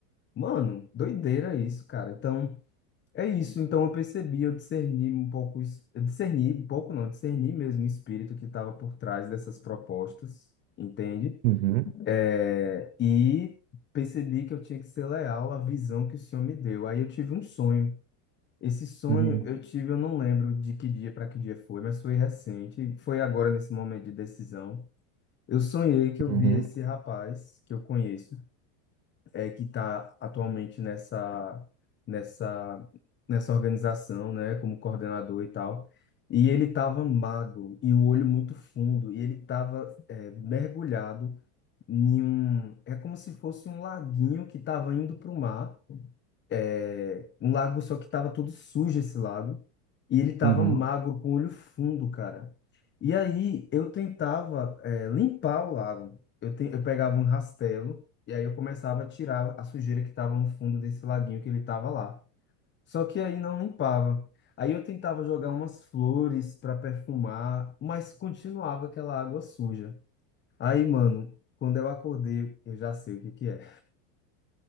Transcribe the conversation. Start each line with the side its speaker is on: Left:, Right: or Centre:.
Left: Mano, doideira isso, cara. Então. É isso, então eu percebi, eu discerni um pouco, isso- eu discerni um pouco não, discerni mesmo o espírito que estava por trás dessas propostas, entende?
Right: uhum,
Left: É, E percebi que eu tinha que ser leal à visão que o Senhor me deu. Aí eu tive um sonho. Esse sonho
Right: uhum,
Left: eu tive, eu não lembro de que dia para que dia foi, mas foi recente, foi agora nesse momento de decisão. Eu sonhei que eu
Right: uhum,
Left: via esse rapaz que eu conheço é, que está atualmente nessa, nessa, nessa organização, né, como coordenador e tal. E ele estava magro e o olho muito fundo, e ele estava mergulhado em um. É como se fosse um laguinho que estava indo para o mar é, um lago, só que tava todo sujo esse lago. E ele tava
Right: uhum.
Left: magro, com o olho fundo, cara. E aí eu tentava, é, limpar o lago. Eu, te, eu pegava um rastelo e aí eu começava a tirar a sujeira que tava no fundo desse laguinho que ele tava lá. Só que aí não limpava. Aí eu tentava jogar umas flores para perfumar, mas continuava aquela água suja. Aí, mano, quando eu acordei, eu já sei o que que é.